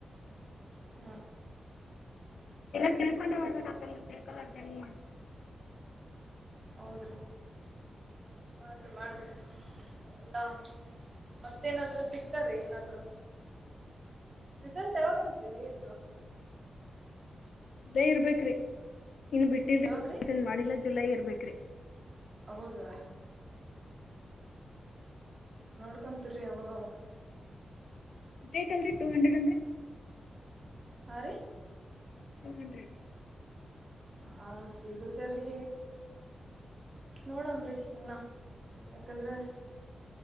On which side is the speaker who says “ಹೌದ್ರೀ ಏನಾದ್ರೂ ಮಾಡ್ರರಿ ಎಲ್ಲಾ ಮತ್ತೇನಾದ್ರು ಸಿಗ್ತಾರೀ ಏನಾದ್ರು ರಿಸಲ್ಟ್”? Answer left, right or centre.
Right